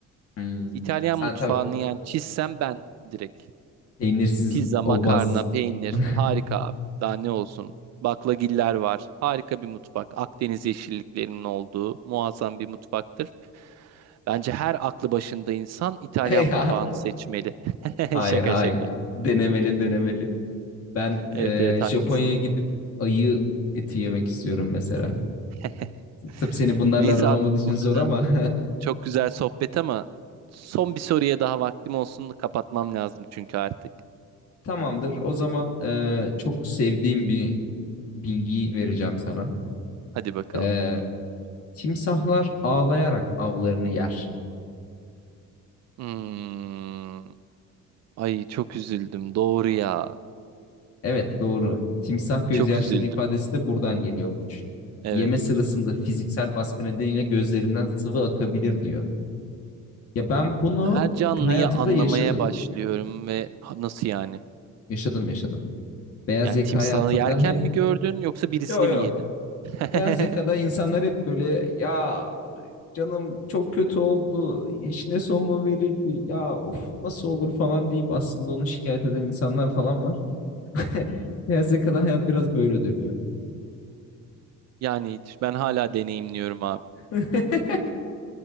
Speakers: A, on the left (about 45°); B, on the right (about 55°).
A: Hmm.
B: İtalyan
A: Sen
B: mutfağını
A: tabii
B: yani çizsem ben direkt.
A: peynirsiz
B: Pizza, makarna,
A: olmaz.
B: peynir
A: <laughs>
B: harika abi. Daha ne olsun? Baklagiller var. Harika bir mutfak. Akdeniz yeşilliklerinin olduğu muazzam bir mutfaktır. Bence her aklı başında insan İtalyan
A: Ya,
B: mutfağını seçmeli. <laughs>
A: hayır
B: Şaka
A: hayır.
B: şaka.
A: Denemeli denemeli. Ben
B: Evet
A: e,
B: evet haklısın.
A: Japonya'ya gidip ayı eti yemek istiyorum mesela.
B: <laughs>
A: Tabii senin bunlarla
B: Neyse
A: aran
B: abi
A: olmadığı için
B: bu arada
A: zor ama
B: çok güzel sohbet ama son bir soruya daha vaktim olsun kapatmam lazım çünkü artık.
A: <laughs> tamamdır. O zaman e, çok sevdiğim bir bilgiyi vereceğim sana.
B: Hadi bakalım.
A: E, timsahlar ağlayarak avlarını yer.
B: Hmm. Ay çok üzüldüm doğru ya.
A: Evet doğru. Timsah gözyaşları
B: Çok üzüldüm.
A: ifadesi de buradan geliyormuş.
B: Evet.
A: Yeme sırasında fiziksel baskı nedeniyle gözlerinden sıvı akabilir diyor. Ya ben bunu
B: her canlıyı
A: hayatımda
B: anlamaya
A: yaşadım.
B: başlıyorum ve ha, nasıl yani?
A: Yaşadım yaşadım. Beyaz
B: Yani
A: yaka
B: timsahı
A: hayatında
B: yerken
A: hep
B: mi gördün yoksa birisini
A: yo yo.
B: mi yedin? <laughs>
A: Beyaz yakada insanlar hep böyle ya canım çok kötü oldu. işine son mu verildi? Ya of nasıl olur falan deyip aslında onu şikayet eden insanlar falan var. <laughs> Beyaz yakada hayat biraz böyle dönüyor.
B: Yani ben hala deneyimliyorum abi.
A: <laughs>